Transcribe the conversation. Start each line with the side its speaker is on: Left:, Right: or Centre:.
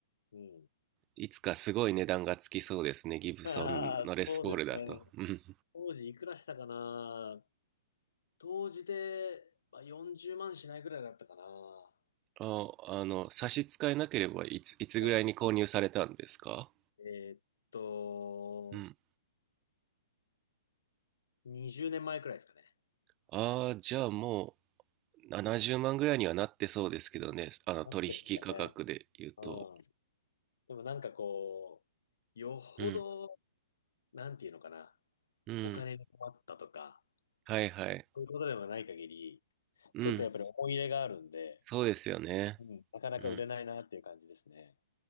Left: うん。
Right: いつかすごい値段がつきそうですね、ギブソンのレスポールだと。
Left: ああ、そうですね。
Right: うん
Left: 当時いくらしたかな当時で、まあ、40万しないぐらいだったかな。は
Right: あ、あの、差し支えなければいつ、いつぐらいに購入されたんですか
Left: いえーっと、
Right: うん。
Left: 20年前くらいですかね。
Right: ああ、じゃあもう70万ぐらいにはなってそうですけどね、あの取引価格で言うと。
Left: なってるんですかね。うん。でもなんかこう、よほど、
Right: うん、
Left: なんていうのかな、
Right: うん、
Left: お金に困ったとか、
Right: はいはい。
Left: そういうことではない限り、
Right: うん、
Left: ちょっとやっぱり思い入れがあるんで、
Right: そうですよね。
Left: うん、なかなか売れないなっていう感じですね。
Right: うん。